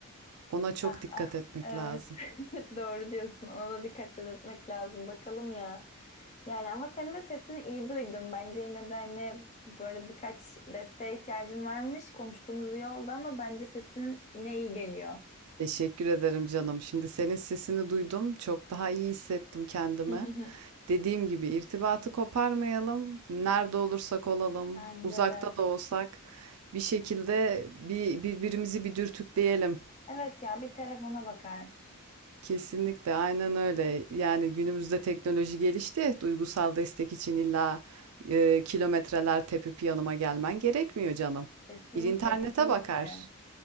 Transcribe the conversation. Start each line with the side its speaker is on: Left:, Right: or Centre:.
Right: ona çok
Left: Ah
Right: dikkat
Left: ah
Right: etmek
Left: evet
Right: lazım.
Left: <laughs> doğru diyorsun ona da dikkat etmek lazım bakalım ya. Yani ama senin de sesini iyi duydum. Bence yine de hani böyle birkaç desteğe ihtiyacın varmış. Konuştuğumuz iyi oldu ama bence sesin yine iyi geliyor.
Right: Teşekkür ederim canım. Şimdi senin sesini duydum. Çok daha iyi hissettim kendimi.
Left: <laughs>
Right: Dediğim gibi irtibatı koparmayalım. Nerede olursak olalım,
Left: Bence
Right: uzakta
Left: de.
Right: da olsak bir şekilde bir birbirimizi bir dürtükleyelim.
Left: Evet ya bir telefona bakar.
Right: Kesinlikle aynen öyle. Yani günümüzde teknoloji gelişti. Duygusal destek için illa e, kilometreler tepip yanıma gelmen gerekmiyor canım.
Left: Kesinlikle
Right: Bir internete
Left: kesinlikle.
Right: bakar.